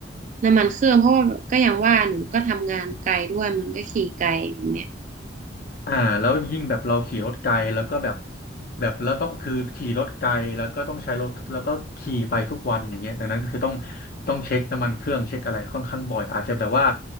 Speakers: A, on the right; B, on the left.
A: น้ำมันเครื่องเพราะว่าก็อย่างว่าหนูก็ทำงานไกลด้วยมันก็ขี่ไกลแบบเนี้ย
B: อ่าแล้วยิ่งแบบเราขี่รถไกลแล้วก็แบบแบบแล้วต้องคือขี่รถไกลแล้วก็ต้องใช้รถทุกแล้วก็ขี่ไปทุกวันอย่างเงี้ยดังนั้นก็คือต้องต้องเช็คน้ำมันเครื่องเช็คอะไรค่อนข้างบ่อยอาจจะแบบว่า